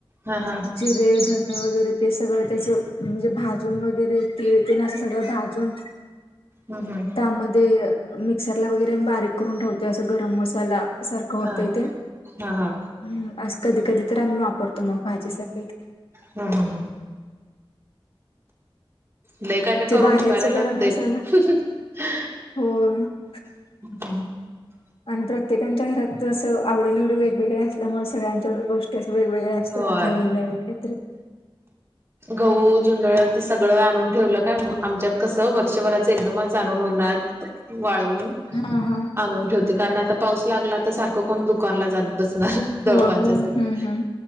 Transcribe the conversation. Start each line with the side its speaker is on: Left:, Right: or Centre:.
Right: हा हा
Left: जिरे, धन वगैरे ते सगळं त्याच म्हणजे भाजून वगैरे तीळ तेन असं सगळं भाजून
Right: हम् हम्
Left: त्यामध्ये अ मिक्सरला वगैरे बारीक करून ठेवतो अस गरम मसाला अस होतय
Right: हा
Left: ते
Right: हा हा
Left: अ आस कधी कधी तर आम्ही वापरतो मंग भाजीसाठी
Right: हूं हूं हूं लय काय काय करून
Left: ते बाहेरच
Right: ठेवायला लागतय.
Left: गरम मसाला
Right: <unintelligible>
Left: होय आणि प्रत्येकांच्या घरात जस आवडीनिवडी वेगवेगळया असल्यामुळे सगळ्यांच्या गोष्टी अस वेगवेगळे असतात
Right: होय
Left: नवीन नवीन कायतरी
Right: गहू, जुंदळ ते सगळं आणून ठेवलं काय आमच्यात कस वर्षभराच एकदमच आणून ऊन वाळ वाळवून
Left: हा हा
Right: आणून ठेवते कारण आता पाऊस लागला तर सार कोण दुकानला जात बसणार दळपांच्या
Left: होय होय
Right: साठी
Left: हम्म हम्म